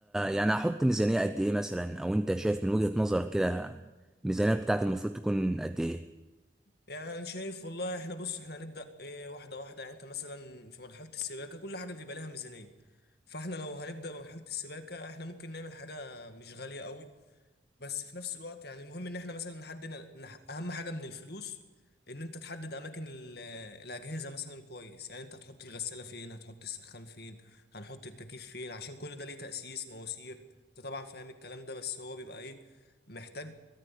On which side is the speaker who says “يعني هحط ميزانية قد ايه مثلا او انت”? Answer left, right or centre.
Centre